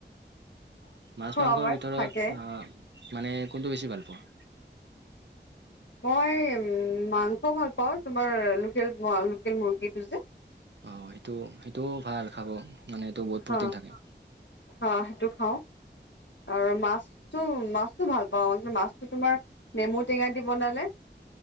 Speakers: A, on the right; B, on the left.
A: মাছ মাংসৰ
B: আমাৰ
A: ভিতৰত
B: থাকে।
A: অ মানে কোনটো বেছি ভাল পোৱা?
B: মই মাংস ভাল পাওঁ তোমাৰ লোকেল লোকেল মুৰ্গীটো যে।
A: অ সেইটো সেইটোও ভাল খাব। মানে এইটো বহুত
B: হা
A: প্ৰটিন থাকে
B: হা সেইটো খাওঁ। আৰু মাছটো মাছটো ভাল পাওঁ কি মাছটো তোমাৰ নেমু টেঙা দি বনালে।